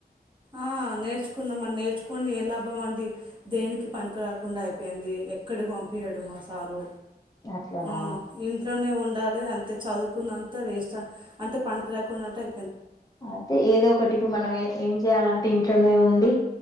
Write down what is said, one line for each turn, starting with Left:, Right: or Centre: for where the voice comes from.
Right: ఆ నేర్చుకున్నాం నేర్చుకోని ఏ లాభం అండి దేనికి పనికికు రాకుండా అయిపో ంది ఎక్కడికి పంపించడు మా సారు
Left: అట్లలా
Right: ఆ ఇంట్లోనే ఉండాలి అంతే చదువుకున్నంత వేస్ట్ అంటే పనికిరా టై
Left: అయితే ఏదో ఒకటి ఇప్పుడు మనం ఏం చేయాలంటే ఇంకా ఉండి